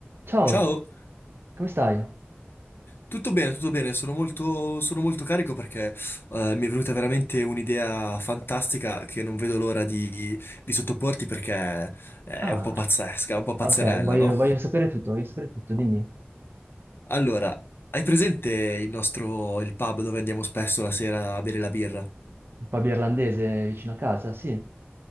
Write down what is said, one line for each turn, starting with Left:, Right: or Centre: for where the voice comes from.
Right: Ciao,
Left: Ciao,
Right: come stai?
Left: tutto bene, tutto bene, sono molto, sono molto carico perché eh, mi è venuta veramente un'idea fantastica che non vedo l'ora di, di sottoporti perché è
Right: Ah,
Left: un po' pazzesca, un po' pazzerella,
Right: ok, voglio,
Left: no?
Right: voglio sapere tutto, voglio sapere tutto, dimmi.
Left: Allora, hai presente il nostro, il pub dove andiamo spesso la sera a bere la birra?
Right: Un pub irlandese vicino a casa, sì.